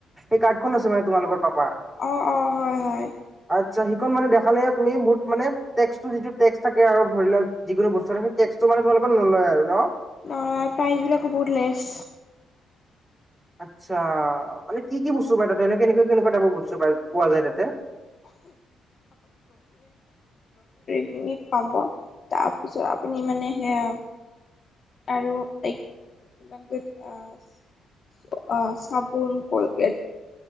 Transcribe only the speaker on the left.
অ অ হয় হয়
ন প্ৰাইজ বিলাকো বহুত লেছ
ইউনিক পাব তাৰপিছত আপুনি মানে সেয়া আৰু এক ইমান আহ <inaudible> আহ চাবোন, কলগেট